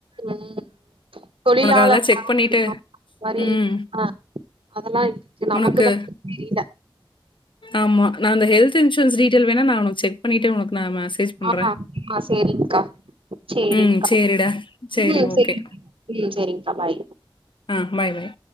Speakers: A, on the right; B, on the left.
A: ம் தொழிலாள
B: அதெல்லாம் செக் பண்ணிட்டு
A: <inaudible> மாரி
B: ம்.
A: அ அதெல்லா இருக்கு நமக்குதா
B: உனக்கு
A: <inaudible> தெரில
B: ஆமா நா அந்த ஹெல்த் இன்சூரன்ஸ் டீடெய்ல் வேனா நா உனக் செக் பண்ணிட்டு உனக்கு நா மெசேஜ் பண்றேன்.
A: ஆ ஆ சேரிங்க்கா சேரிங்க்கா
B: ம் சரிடா. சரி
A: ம்
B: ஓகே.
A: சேரி ம் சேரிங்க்கா பாய்
B: அ பாய் பாய்